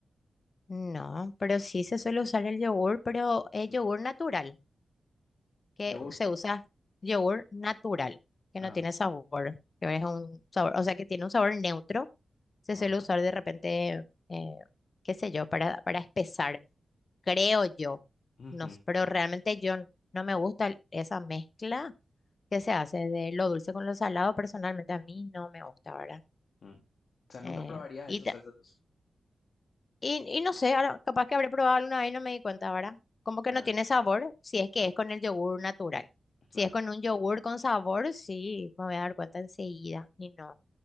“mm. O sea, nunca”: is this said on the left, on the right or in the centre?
Left